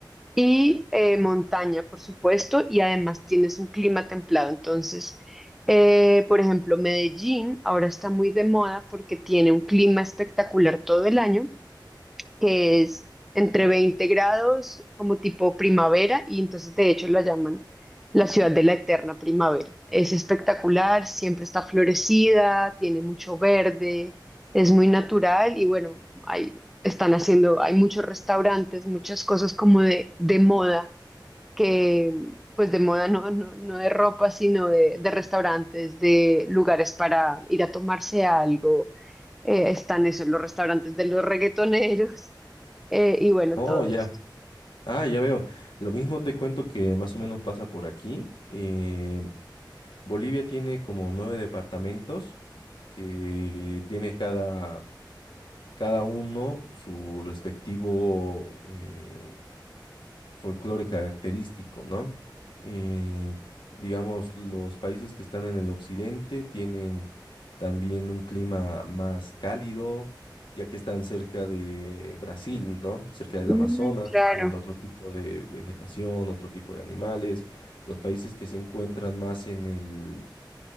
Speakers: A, in the centre; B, on the left.
A: y eh, montaña, por supuesto, y además tienes un clima templado. Entonces, eh, por ejemplo, Medellín ahora está muy de moda porque tiene un clima espectacular todo el año que es entre 20 grados, como tipo primavera, y entonces de hecho la llaman la ciudad de la eterna primavera. Es espectacular, siempre está florecida, tiene mucho verde, es muy natural y bueno, hay, están haciendo, hay muchos restaurantes, muchas cosas como de, de moda que pues de moda no, no, no de ropa, sino de, de restaurantes, de lugares para ir a tomarse algo. Eh, están esos, los restaurantes de los reggaetoneros eh, y bueno,
B: Oh,
A: todo
B: ya.
A: esto.
B: Ah, ya veo. Lo mismo te cuento que más o menos pasa por aquí. Eh, Bolivia tiene como nueve departamentos que tiene cada, cada uno su respectivo eh, folclore característico, ¿no? Eh, digamos, los países que están en el occidente tienen también un clima más cálido, ya que están cerca de Brasil, ¿no? Cerca del
A: Mm,
B: Amazonas,
A: claro.
B: tienen otro tipo de vegetación, otro tipo de animales. Los países que se encuentran más en el